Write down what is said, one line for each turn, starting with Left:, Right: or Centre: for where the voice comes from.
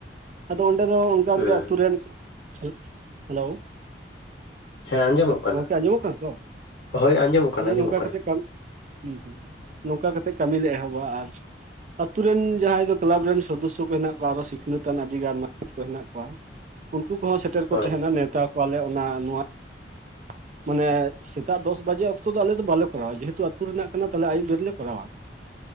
Right: ᱟᱫᱚ ᱚᱸᱰᱮ ᱫᱚ ᱚᱱ ᱠᱟᱱ
Left: ᱦᱩᱸ
Right: ᱜᱮ ᱟᱛᱩ ᱨᱮᱱ, ᱟᱹᱜ ᱦᱮᱞᱳ
Left: ᱦᱮᱸ ᱟᱸᱡᱚᱢᱚᱜ ᱠᱟᱱᱟ
Right: ᱜᱚᱝᱠᱮ ᱟᱸᱡᱚᱢᱚᱜ ᱠᱟᱱᱟ ᱛᱚ?
Left: ᱦᱳᱭ ᱟᱸᱡᱚᱢᱚᱜ ᱠᱟᱱᱟ
Right: ᱛᱟᱦᱚᱞᱮ
Left: ᱟᱸᱡᱚᱢᱚᱜ
Right: ᱱᱚᱝᱠᱟ
Left: ᱠᱟᱱᱟ
Right: ᱠᱟᱛᱮᱜ ᱠᱟᱹᱢᱤ ᱦᱩᱸ ᱦᱩᱸ ᱱᱚᱝᱠᱟ ᱠᱟᱛᱮᱜ ᱠᱟᱹᱢᱤ ᱞᱮ ᱮᱦᱚᱵᱟ ᱟᱨ ᱟᱛᱩᱨᱮᱱ ᱡᱟᱦᱟᱸᱭ ᱫᱚ ᱠᱞᱟᱵᱽ ᱨᱮᱱ ᱥᱚᱫᱚᱥᱥᱚ ᱠᱚ ᱦᱮᱱᱟᱜ ᱠᱚᱣᱟ ᱟᱨᱚ ᱥᱤᱠᱷᱱᱟᱹᱛᱟᱱ ᱟᱹᱰᱤᱜᱟᱱ ᱢᱟᱥᱴᱟᱨ ᱠᱚ ᱦᱮᱱᱟᱜ ᱠᱚᱣᱟ ᱠᱚ ᱦᱚᱸ ᱥᱮᱴᱮᱨ ᱠᱚ
Left: ᱦᱳᱭ
Right: ᱛᱟᱦᱮ ᱱᱟ, ᱱᱮᱶᱛᱟ ᱠᱚᱣᱟ ᱞᱮ ᱚᱱᱟ ᱱᱚᱣᱟᱼᱢᱟᱱᱮ ᱥᱮᱛᱟᱜ ᱫᱚᱥ ᱵᱟᱡᱮ ᱚᱠᱛᱚ ᱫᱚ ᱟᱞᱮ ᱫᱚ ᱵᱟᱞᱮ ᱠᱚᱨᱟᱣᱟ, ᱡᱮᱦᱮᱛᱩ ᱟ ᱟᱹᱛᱩ ᱨᱮᱱᱟᱜ ᱠᱟᱱᱟ ᱛᱟᱦᱞᱮ ᱟᱹᱭᱩᱵ ᱫᱷᱟᱹᱨᱤᱡ ᱞᱮ ᱠᱚᱨᱟᱣᱟ᱾